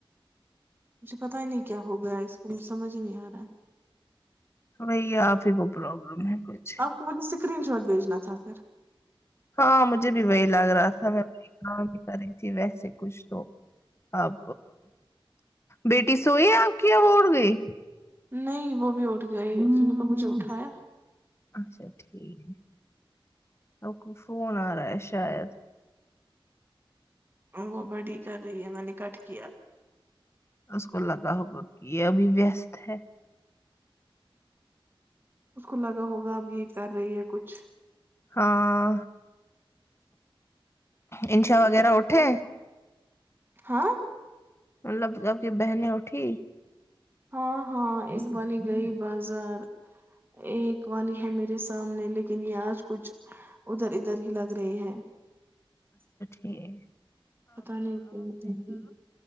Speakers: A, on the right; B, on the left.
A: مجھے پتا ہی نہیں کیا ہوگیا اس کو مجھے سمجھ نہیں آ رہا ہے
B: بھائی آپ ہی کو پروبلم ہے کچھ
A: آپ کو مجھے اسکرین شارٹ بھیجنا تھا پھر
B: ہاں مجھے بھی وہی لگ رہا تھا میں اپ کام بھی کر رہی تھی ویسے کچھ تو اب بیٹی سوئی آپ کی اب اٹھ گئی
A: نہیں وہ بھی اٹھ گئے اس کو مجھے اٹھایا
B: اچھا ٹھیک ہم کو فون آ رہا ہے شاید
A: وہ بڑی کر رہی ہے میں نے کٹ کیا
B: اس کو لگا ہوگا کہ یہ ابھی ویست ہے
A: اس کو لگا ہوگا اب یہ کر رہی ہے کچھ
B: ہاں انشا وغیرہ اٹھے
A: ہاں
B: مطلب آپ کی بہنیں اٹھی
A: ہاں ہاں ایک وانی گئی بازار ایک وانی ہےمیرے سامنے لیکن یہ آج کچھ ادھر ادھر ہی لگ رہی ہے
B: جی
A: پتا نہیں کہ